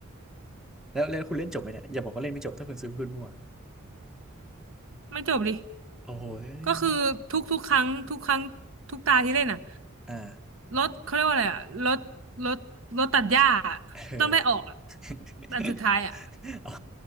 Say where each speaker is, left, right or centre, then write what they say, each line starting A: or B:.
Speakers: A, in the centre; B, on the right.
A: แล้วแล้วคุณเล่นจบไหมเนี่ยอย่าบอกว่าเล่นไม่จบถ้าคุณซื้อพื้นมั่ว
B: ไม่จบดิ
A: โอ้โหย
B: ก็คือทุกๆครั้งทุกครั้งทุกตาที่เล่นอ่ะ
A: อ่า
B: รถเขาเรียกว่าอะไรอ่ะรถรถรถตัดหญ้าอะต้องได้ออกอ่ะ
A: เออ <laughs>
B: อันสุดท้ายอ่ะ
A: อ๋อ